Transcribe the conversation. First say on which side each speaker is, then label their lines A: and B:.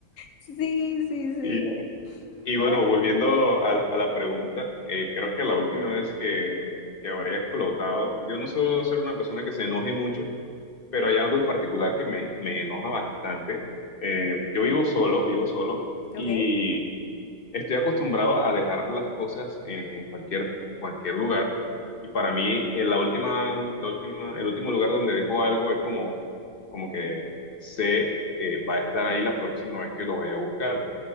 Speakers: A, on the left; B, on the left.
A: sí, sí,
B: Y,
A: sí.
B: y bueno,
A: Ah,
B: volviendo a, la a la pregunta, eh, creo que la última vez que, que habría explotado, yo no suelo ser una persona que se enoje mucho, pero hay algo en particular que me, me enoja bastante. Eh, yo vivo solo, vivo solo,
A: Ok.
B: y estoy acostumbrado a dejar las cosas en, en cualquier, cualquier lugar. Y para mí, eh, la última, la última, el último lugar donde dejo algo es como, como que sé que va a estar ahí la próxima vez que lo vaya a buscar.